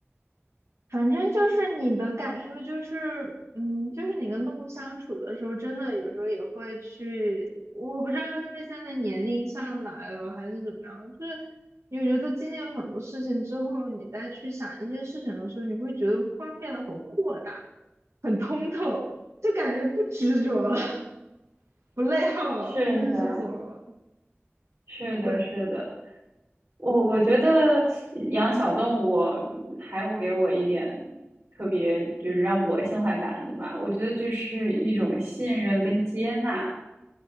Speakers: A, on the right; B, on the right.
A: 反正就是你的感受就是，嗯，就是你跟动物相处的时候，真的有时候也会去，我不知道是因为现在年龄上来了还是怎么样，就是你觉得经历了很多事情之后，你再去想一些事情的时候，你会觉得方便变得很豁达、很通透，就感觉不执着了，<laughs> 不内耗了，
B: 是的，
A: 不执着了。
B: 是的，
A: 对，
B: 是的。我我觉得养小动物还有给我一点特别，就是让我心怀感恩的吧。我觉得就是一种信任跟接纳，